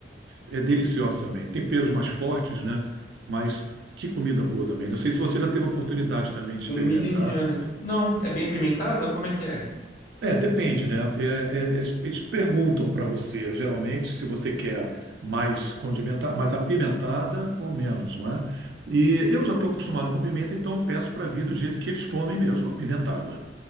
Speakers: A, on the right (about 70°); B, on the left (about 50°).
A: é, é deliciosa também. Temperos mais fortes, né? Mas que comida boa também. Não sei se você já teve a oportunidade também de
B: Comida
A: experimentar.
B: indiana. Não, é bem apimentada? Como é que é?
A: É, depende, né? É, é, eles eles perguntam para você, geralmente, se você quer mais condimentada, mais apimentada ou menos, não é? E eu já estou acostumado com pimenta, então eu peço para vir do jeito que eles comem mesmo, apimentada.